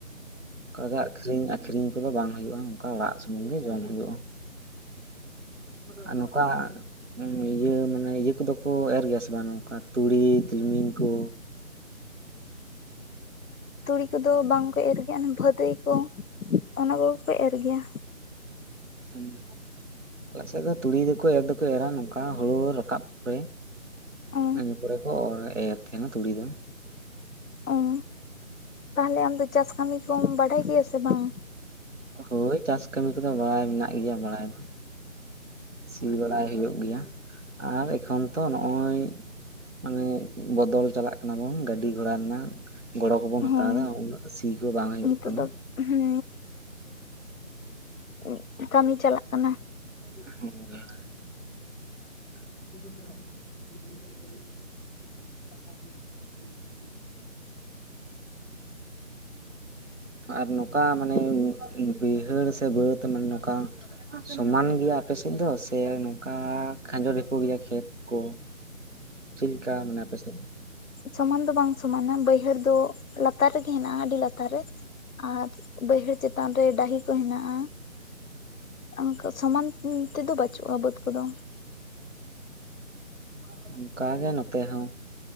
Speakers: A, on the right; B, on the left.
A: ᱚᱝᱠᱟ ᱜᱮ ᱟᱠᱷᱨᱤᱧ ᱟᱠᱷᱨᱤᱧ ᱠᱚᱫᱚ ᱵᱟᱝ ᱦᱳᱭᱳᱜᱼᱟ, ᱱᱚᱝᱠᱟ ᱚᱲᱟᱜ ᱥᱩᱢᱩᱝ ᱜᱮ ᱡᱚᱢ ᱦᱳᱭᱳᱜᱼᱟ᱾ ᱟᱨ ᱱᱚᱠᱟ ᱤᱭᱟᱹ ᱢᱟᱱᱮ ᱤᱭᱟᱹ ᱠᱚᱫᱚ ᱠᱚ ᱮᱨ ᱜᱮᱭᱟ ᱥᱮ ᱵᱟᱝ ᱱᱚᱝᱠᱟ ᱛᱩᱲᱤ ᱛᱤᱞᱢᱤᱧ ᱠᱚ?
B: ᱛᱩᱲᱤ ᱠᱚᱫᱚ ᱵᱟᱝ ᱠᱚ ᱮᱨ ᱜᱮᱭᱟ, ᱚᱱᱟ ᱵᱷᱟᱹᱫᱟᱹᱭ ᱠᱚ ᱚᱱᱟ ᱠᱚᱜᱮ ᱠᱚ ᱮᱨ ᱜᱮᱭᱟ᱾
A: ᱦᱩᱸ ᱟᱞᱮ ᱥᱮᱫ ᱫᱚ ᱛᱩᱲᱤ ᱫᱚᱠᱚ ᱮᱨ ᱫᱚᱠᱚ ᱮᱨᱟ ᱱᱚᱝᱠᱟ ᱦᱳᱲᱳ ᱨᱟᱠᱟᱵ ᱯᱚᱨᱮ
B: ᱚ
A: ᱤᱱᱟᱹ ᱯᱚᱨᱮ ᱠᱚ ᱚᱨ ᱮᱨ ᱛᱟᱦᱮᱱᱟ ᱛᱩᱲᱤ ᱫᱚ᱾
B: ᱚᱸ, ᱛᱟᱦᱚᱞᱮ ᱟᱢ ᱫᱚ ᱪᱟᱥ ᱠᱟᱹᱢᱤ ᱠᱚᱢ ᱵᱟᱰᱟᱭ ᱜᱮᱭᱟ ᱥᱮ ᱵᱟᱝ?
A: ᱦᱳᱭ ᱪᱟᱥ ᱠᱟᱹᱢᱤ ᱠᱚᱫᱚ ᱵᱟᱲᱟᱭ ᱢᱮᱱᱟᱜ ᱜᱮᱭᱟ ᱵᱟᱲᱟᱭ ᱫᱚ ᱾ ᱥᱤ ᱵᱟᱲᱟᱭ ᱦᱳᱭᱤᱜ ᱜᱮᱭᱟ, ᱟᱨ ᱮᱠᱷᱚᱱ ᱛᱚ ᱱᱚᱸᱜᱼᱚᱭ ᱢᱟᱱᱮ ᱵᱚᱫᱚᱞ ᱪᱟᱞᱟᱜ ᱠᱟᱱᱟ ᱵᱚᱱ, ᱜᱟᱹᱰᱤ ᱜᱷᱚᱲᱟ ᱨᱮᱱᱟᱜ ᱜᱚᱲᱚ ᱠᱚᱵᱚᱱ ᱦᱟᱛᱟᱣ
B: ᱦᱮᱸ
A: ᱮᱫᱟ, ᱩᱱᱟᱹᱜ ᱥᱤ ᱠᱚ ᱵᱟᱝ ᱦᱳᱭᱳᱜ
B: ᱱᱤᱛᱚᱜ
A: ᱠᱟᱱᱟ᱾
B: ᱫᱚ ᱦᱮᱸ ᱚᱸᱜ, ᱠᱟᱹᱢᱤ ᱪᱟᱞᱟᱜ ᱠᱟᱱᱟ᱾
A: <unintelligible> <inaudible> ᱟᱨ ᱱᱚᱠᱟ ᱢᱟᱱᱮ ᱵᱟᱹᱭᱦᱟᱹᱲ ᱥᱮ ᱵᱟᱹᱫᱽ ᱢᱟᱱᱮ ᱱᱚᱠᱟ ᱥᱚᱢᱟᱱ ᱜᱮᱭᱟ ᱟᱯᱮ ᱥᱮᱫ ᱫᱚ? ᱥᱮ ᱱᱚᱝᱠᱟ ᱠᱷᱟᱸᱡᱚ ᱰᱷᱤᱯᱚ ᱜᱮᱭᱟ ᱠᱷᱮᱛ ᱠᱚ? ᱪᱤᱫ ᱞᱮᱠᱟ ᱢᱟᱱᱮ ᱟᱯᱮ ᱥᱮᱫ?
B: ᱥᱚᱢᱟᱱ ᱫᱚ ᱵᱟᱝ ᱥᱚᱢᱟᱱᱟ, ᱵᱟᱹᱭᱦᱟᱹᱲ ᱫᱚ ᱞᱟᱛᱟᱨ ᱨᱮᱜᱮ ᱦᱮᱱᱟᱜᱼᱟ ᱟᱹᱰᱤ ᱞᱟᱛᱟᱨ ᱨᱮ᱾ ᱟᱨ ᱵᱟᱹᱭᱦᱟᱹᱲ ᱪᱮᱛᱟᱱ ᱨᱮ ᱰᱟᱦᱤ ᱠᱚ ᱦᱮᱱᱟᱜᱼᱟ, ᱚᱝᱠᱟ ᱥᱚᱢᱟᱱ ᱩᱸ ᱛᱮᱫᱚ ᱵᱟᱹᱪᱩᱜᱼᱟ ᱵᱟᱹᱫᱽ ᱠᱚᱫᱚ᱾
A: ᱦᱩᱸ ᱚᱱᱠᱟ ᱜᱮ ᱱᱚᱛᱮ ᱦᱚᱸ᱾